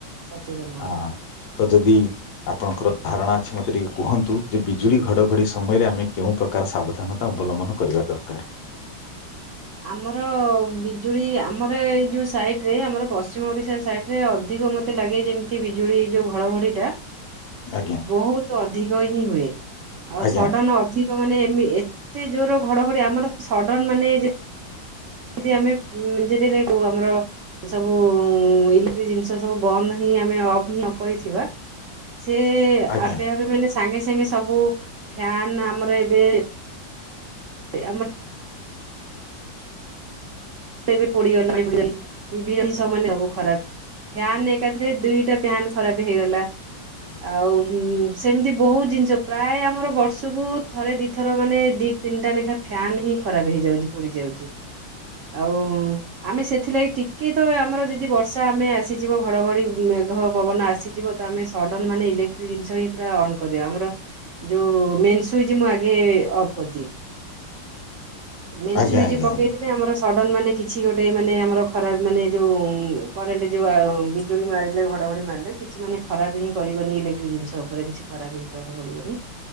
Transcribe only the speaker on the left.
ଆ ତ ଯଦି ଆପଣଙ୍କର ଧାରଣା ଅଛି ମତେ ଟିକେ କୁହନ୍ତୁ, ଯେ ବିଜୁଳି ଘଡ଼ଘଡ଼ି ସମୟରେ ଆମେ କେଉଁ ପ୍ରକାର ସାବଧାନତା ଅବଲମ୍ବନ କରିବା ଦରକାର?
ଆଜ୍ଞା
ଆଜ୍ଞା
ଆଜ୍ଞା
ଆଜ୍ଞା
ଆଜ୍ଞା
ଆଜ୍ଞା